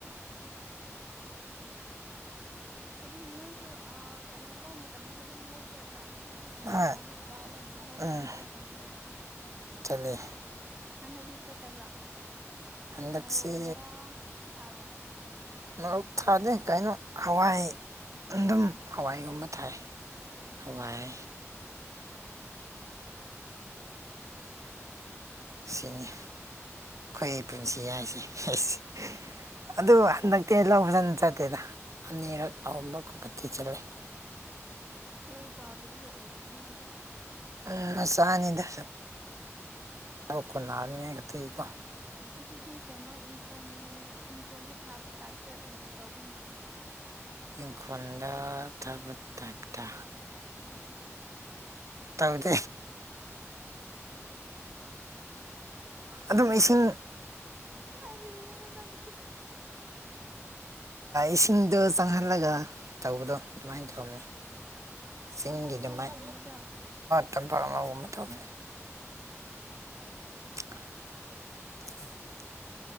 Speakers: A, on the right; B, on the right.
A: ꯑꯗꯨꯝ ꯅꯣꯏꯁꯨ ꯀꯩꯅꯣ ꯂꯧ ꯃꯇꯝꯗꯁꯨ ꯑꯗꯨꯝ ꯂꯧ ꯆꯠꯄ꯭ꯔꯥ ꯂꯧ ꯂꯤꯡꯕ
B: ꯍꯣꯏ
A: ꯂꯧ ꯊꯥꯕ ꯀꯩꯅꯣ ꯂꯧ
B: ꯎꯝ
A: ꯄꯦꯡꯕ ꯃꯇꯝ ꯑꯗꯨ ꯋꯥꯏꯗ
B: ꯆꯠꯂꯦ
A: ꯍꯥꯟꯅꯗꯤ ꯆꯠꯇꯕ꯭ꯔꯥ
B: ꯍꯟꯗꯛꯁꯦ
A: ꯃꯣꯔꯣꯛꯒꯨꯝꯕ ꯊꯥꯕ꯭ꯔꯥ
B: ꯃꯔꯣꯛ ꯊꯥꯗꯦ ꯀꯩꯅꯣ ꯍꯋꯥꯏ ꯑꯗꯨꯝ ꯍꯋꯥꯏꯒꯨꯝꯕ ꯊꯥꯏ
A: ꯑꯣ
B: ꯍꯋꯥꯏ ꯁꯤꯅꯤ ꯑꯩꯈꯣꯢ ꯄꯨꯟꯁꯤ ꯍꯥꯏꯁꯦ ꯑꯁ ꯑꯗꯨ ꯍꯟꯗꯛꯇꯤ ꯂꯧ ꯐꯖꯅ ꯆꯠꯇꯦꯗ ꯑꯅꯤꯔꯛ
A: ꯑꯣ
B: ꯑꯍꯨꯝꯔꯛ ꯀꯨꯝꯕ ꯆꯥꯠꯂꯦ
A: ꯂꯧ ꯆꯥꯛꯗꯕꯒꯤ ꯑꯣꯏꯔꯝꯅꯤ ꯑꯗꯨꯗꯤ
B: ꯑꯝ ꯃꯆꯥꯅꯤꯗ ꯀꯅꯥꯅꯤꯇꯩ ꯀꯣ <inaudible>
A: ꯑꯗꯨꯗꯤ ꯀꯩꯅꯣ ꯏꯪꯈꯣꯜ ꯏꯪꯈꯣꯜꯗ ꯊꯥꯕ ꯇꯥꯏꯞꯇ ꯑꯣꯏꯅ ꯇꯧꯕ ꯃꯥꯜꯂꯦ
B: ꯏꯪꯈꯣꯜꯗ ꯊꯥꯕ ꯇꯥꯏꯞꯇꯥ
A: ꯍꯣꯏ
B: ꯇꯧꯗꯦ ꯑꯗꯨꯝ ꯏꯁꯤꯡ
A: ꯀꯔꯤꯅꯣ ꯅꯪ
B: ꯏꯁꯤꯡꯗꯣ ꯆꯪꯍꯜꯂꯒ ꯇꯧꯕꯗꯣ ꯑꯗꯨꯃꯥꯏꯅ ꯇꯧꯅꯦ
A: ꯑꯣ
B: ꯆꯤꯡꯒꯤ
A: ꯇꯝꯄꯥꯛꯂꯧꯒꯨꯝꯕꯗꯣ
B: ꯑꯗꯨꯃꯥꯏ ꯇꯝꯄꯥꯛ ꯑ ꯑꯃ ꯇꯧꯕꯅꯦ <unintelligible>